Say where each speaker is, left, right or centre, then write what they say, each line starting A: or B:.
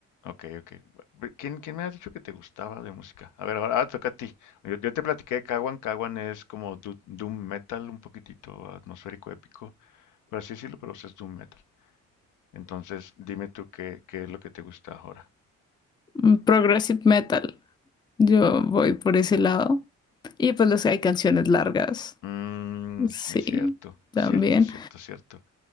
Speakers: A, on the left; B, on the left.
A: Ok, ok. Bu- ¿Quién, quién me has dicho que te gustaba de música? A ver, ahora ah, toca a ti. Yo, yo te platiqué de Kawan. Kawan es como du- doom metal, un poquitito atmosférico, épico. Por así decirlo, pero es doom metal. Entonces, dime tú qué, qué es lo que te gusta ahora.
B: Mm, Progressive metal. Yo voy por ese lado. Y pues los, hay canciones largas.
A: Mm,
B: Sí,
A: es cierto,
B: también.
A: cierto, cierto, cierto.